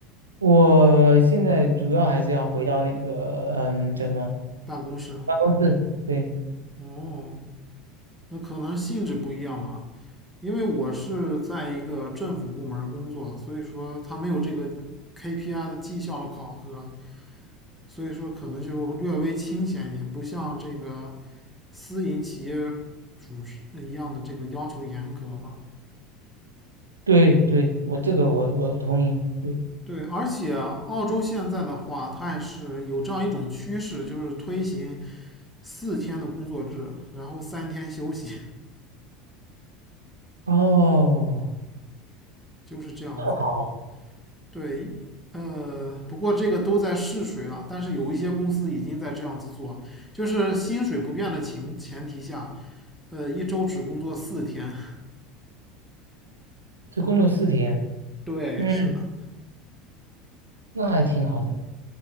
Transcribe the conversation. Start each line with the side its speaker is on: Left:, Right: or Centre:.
Right: 我现在主要还是要回到那个嗯叫什么
Centre: 办公室啊
Right: 办公室，对
Centre: 哦，那可能性质不一样吧。因为我是在一个政府部门工作，所以说它没有这个 KPI 的绩效的考核，所以说可能就略微清闲一点，不像这个私营企业组织呃一样的这个要求严格嘛。
Right: 对对，我这个我我同意，对对。
Centre: 对，而且澳洲现在的话，它也是有这样一种趋势，就是推行四天的工作制，然后三天休息，
Right: 哦，
Centre: <laughs> 就是这样子。
Right: 好，
Centre: 对，呃，不过这个都在试水了，但是有一些公司已经在这样子做，就是薪水不变的情前提下，呃，一周只工作四天。
Right: 这工作四天，
Centre: <laughs> 对，
Right: 嗯，
Centre: 是的，
Right: 那还挺好的。